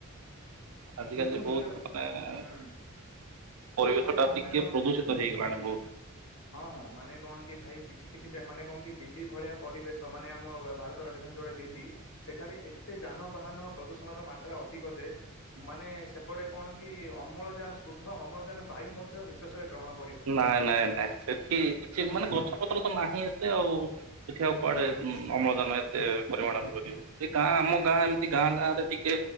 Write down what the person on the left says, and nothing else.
କିନ୍ତୁ
ନିଜ
ହୁଁ
ଏପରି ସମୟ
ହଁ ହଁ ମାନେ କଣ କି ଭାଇ କିଛି କିଛି ଯା ମାନେ କଣ କି ଦିଲ୍ଲୀ ଭଳିଆ ପରିବେଶ ମାନେ ଆମ ଭାର ତ ରାଜଧାନୀ ଯୋଉଟା ଦିଲ୍ଲୀ ସେଠାରେ ଏତେ ଯାନବାହାନ ପ୍ରଦୂଷଣର ମାତ୍ରା ଅଧିକ ଯେ ମାନେ ସେପଟେ କଣ କି ଅମ୍ଳଯାନ ଶୁଦ୍ଧ ଅମ୍ଳଯାନ ବାୟୁ ମଧ୍ୟ ନିଶ୍ଵାସରେ ଗ୍ରହଣ କରିହବନି।
ହୁଁ